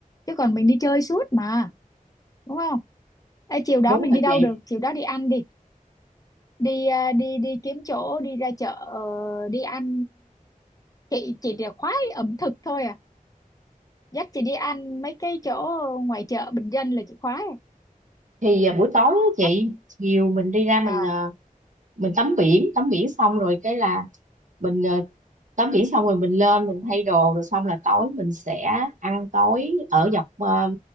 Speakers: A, on the left; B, on the right.
A: chứ còn mình đi chơi suốt mà đúng không Ê, chiều đó
B: đúng
A: mình
B: rồi
A: đi đâu
B: chị
A: được chiều đó đi ăn đi đi à, đi đi kiếm chỗ đi ra chợ ờ, đi ăn chị chị chỉ khoái ẩm thực thôi à dắt chị đi ăn mấy cái chỗ ngoài chợ bình dân là chị khoái à
B: thì ờ, buổi tối á chị
A: Có-
B: chiều mình đi ra mình
A: à,
B: ờ, mình tắm biển tắm biển xong rồi cái là mình ờ, tắm biển xong rồi mình lên mình thay đồ rồi xong là tối mình sẽ ăn tối ở dọc ờ,